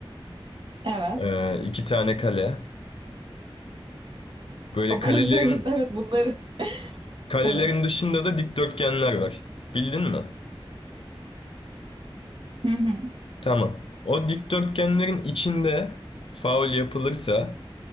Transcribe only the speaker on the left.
Ee, iki tane kale. Böyle
kalelerin
Kalelerin
dışında da dikdörtgenler var. Bildin mi?
Tamam. O dikdörtgenlerin içinde faul yapılırsa,